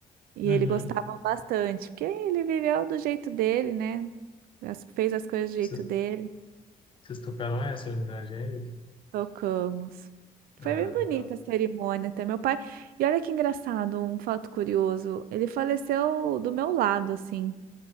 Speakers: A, on the right; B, on the left.
A: E
B: Uhum.
A: ele gostava bastante, porque ele viveu do jeito dele, né? As- Fez as coisas do jeito
B: Vocês,
A: dele.
B: vocês tocaram essa em homenagem a ele?
A: Tocamos.
B: Ah,
A: Foi bem bonita
B: legal.
A: a cerimônia até meu pai. E olha que engraçado, um fato curioso. Ele faleceu do meu lado, assim.